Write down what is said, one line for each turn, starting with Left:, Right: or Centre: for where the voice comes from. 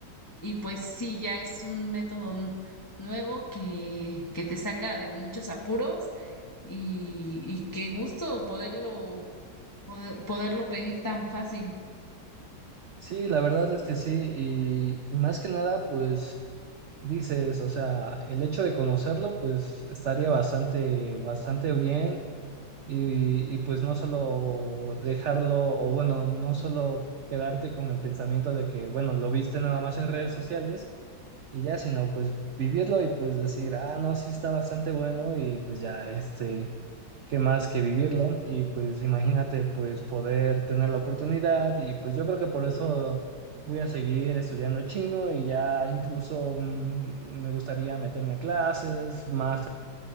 Left: Y pues sí, ya es un método n- nuevo que, que te saca de muchos apuros y, y qué gusto poderlo, poder- poderlo pedir tan fácil.
Right: Sí, la verdad es que sí, y, y más que nada pues dices, o sea, el hecho de conocerlo pues estaría bastante, bastante bien y, y pues no solo dejarlo, o bueno, no solo quedarte con el pensamiento de que, bueno, lo viste nada más en redes sociales y ya, sino pues vivirlo y pues decir, ah, no, sí está bastante bueno y pues ya, este, qué más que vivirlo y pues imagínate pues poder tener la oportunidad y pues yo creo que por eso... Voy a seguir estudiando chino y ya incluso mm, me gustaría meterme a clases más